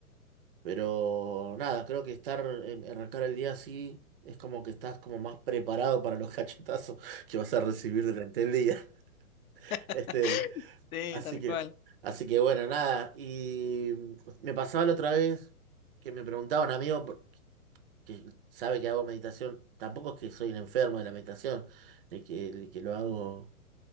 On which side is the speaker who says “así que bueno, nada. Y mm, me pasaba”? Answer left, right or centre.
Right